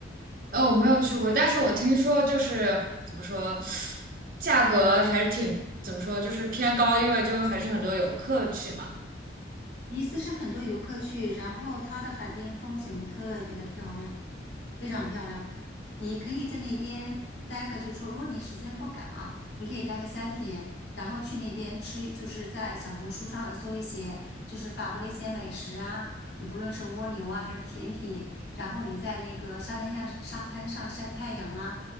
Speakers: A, on the right; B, on the left.
A: 呃，我没有去过，但是我听说就是怎么说，价格还是挺怎么说，就是偏高，因为就还是很多游客去嘛。
B: 尼斯是很多游客去，然后它的海边风景特别的漂亮。非常漂亮。你可以在那边待个，就是说，如果你时间不赶啊，你可以待个三天，然后去那边吃，就是在小红书上搜一些，就是法国的一些美食啊，嗯不论是蜗牛啊还是甜品，然后你在那个沙滩上沙滩上晒太阳啊，